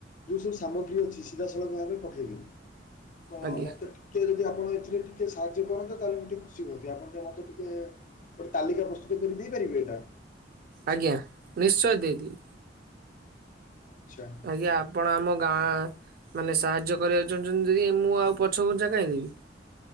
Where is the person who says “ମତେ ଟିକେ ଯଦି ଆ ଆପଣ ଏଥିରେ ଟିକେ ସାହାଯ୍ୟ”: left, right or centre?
Left